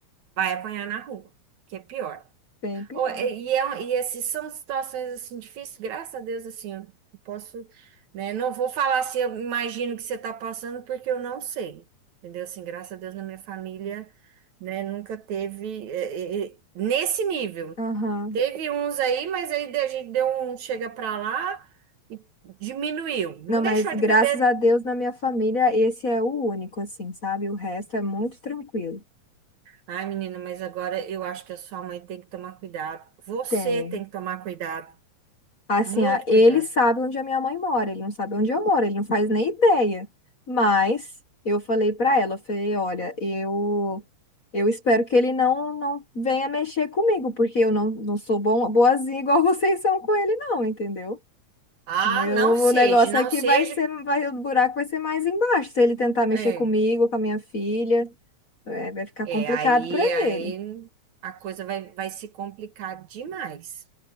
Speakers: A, on the right (about 75°); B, on the left (about 35°).
A: vai apanhar na rua, o que é pior.
B: Bem pior.
A: Ou- E, e, é, um- e esses são situações assim difíceis, graças a Deus, assim, eu posso, né? Não vou falar se eu imagino que você está passando, porque eu não sei, entendeu? Assim, graças a Deus, na minha família, né, nunca teve eh, eh, nesse nível.
B: Aham.
A: Teve uns aí, mas aí a gente deu um chega pra lá e diminuiu. Não
B: Não, mas
A: deixou
B: graças
A: de beber.
B: a Deus na minha família esse é o único, assim, sabe? O resto é muito tranquilo.
A: Ai, menina, mas agora eu acho que a sua mãe tem que tomar cuidado. Você
B: Tem.
A: tem que tomar cuidado,
B: Assim,
A: muito
B: a- ele
A: cuidado.
B: sabe onde a minha mãe mora, ele não sabe onde eu moro, ele não faz nem ideia. Mas eu falei pra ela, eu falei, olha, eu eu espero que ele não não venha mexer comigo, porque eu não, não sou bom, boazinha igual <laughs> vocês são com ele não, entendeu?
A: Ah,
B: O Meu
A: não seja,
B: negócio
A: não
B: é que
A: seja.
B: vai ser, vai, o buraco vai ser mais embaixo, se ele tentar mexer
A: É,
B: comigo, com a minha filha, é, vai ficar
A: é,
B: complicado
A: aí,
B: pra
A: aí
B: ele.
A: a coisa vai, vai se complicar demais.